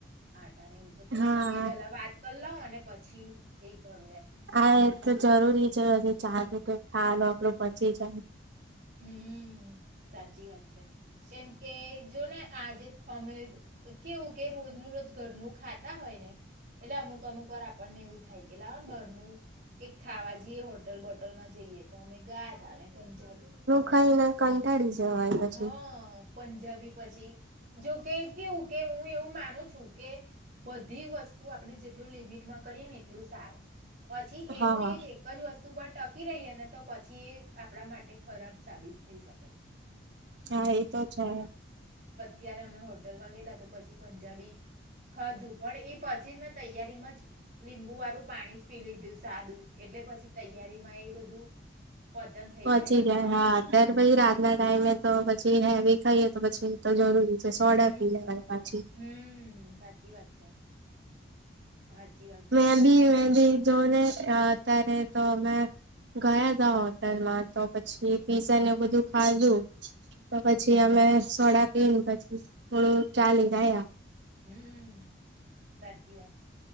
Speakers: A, on the right; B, on the right.
A: આટા ને એવું તો પછી
B: હા
A: પેલા વાત લઉં અને પછી એ કરું એમ
B: આ એ તો જરૂરી છે <unintelligible>
A: હમ્મ. હમ્મ સાચી વાત છે કેમ કે જો ને આજે અમે કેવું કે રોજનું રોજ ઘરનું ખાતા હોય ને એટલે અમુક અમુક વાર આ આપને એવું થાય કે લાવ ને ભરનું કે ખાવા જઈએ હોટલ બોટલ માં જઈએ. તો અમે ગા ત પંજાબી
B: ખઈ ને કંટાળીશ જવાય પછી.
A: હા પંજાબી પછી જોકે કેવું કે હું એવું માનું છું કે બધી વસ્તુ આપણે જેટલું લિમિટમાં કરીએ ને એટલું સારું. પછી એનું
B: હા
A: એજ એક જ વસ્તુ પ ટકી રહીએ ને તો પછી એ આપણા માટે ખરાબ સાબિત થઈ શકે.
B: હા એ તો છે.
A: ત્યારે અમે હોટલમાં ગયેલા તો પછી પંજાબી ખાધું પણ એ પછી જ મેં તૈયારીમાં જ લીંબુ વાળું પાણી જ પી લીધું સાદું એટલે પછી તૈયારીમાં એ બધું પચન થઈ
B: પહોંચી
A: એમ
B: જાય
A: ખોરાક
B: હા અત્યારે પછી રાતના ટાઈમે તો પછી હેવી ખાઈએ તો પછી તો જરૂરી સોડા
A: હમ
B: પી લવા પાછી.
A: હમ સાચી વાત છે સાચી વાત છે
B: મે
A: હમ
B: ભી મે ભી જોનને અત્યારે તો અમે ગયા તા હોટલમાં તો પછી પીઝા ને બધું ખાધું તો પછી અમે સોડા પીને પછી થોડું ચાલી ગયા.
A: હમ્મ. સાચી વાત છે.